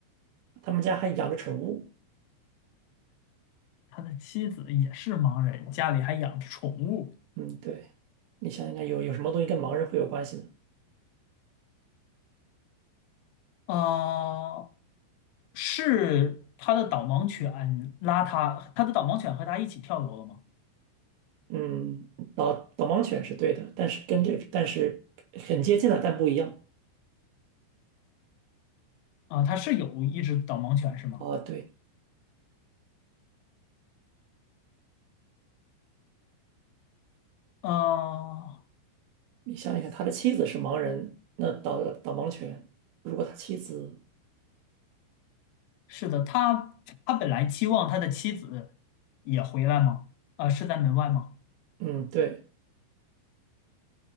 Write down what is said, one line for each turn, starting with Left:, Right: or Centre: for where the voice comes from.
Right: 他们家还养着宠物，
Left: 他的妻子也是盲人，家里还养着宠物。
Right: 嗯，对，你想想看，有有什么东西跟盲人会有关系呢？
Left: 呃，是他的导盲犬拉他，他的导盲犬和他一起跳楼了吗？
Right: 嗯，导导盲犬是对的，但是跟这但是很接近了，但不一样
Left: 啊，他是有一只导盲犬是吗？
Right: 啊。对，
Left: 啊，
Right: 你想想看，他的妻子是盲人，那导导盲犬，如果他妻子，
Left: 是的，他他本来期望他的妻子也回来吗？啊，是在门外吗？
Right: 嗯，对，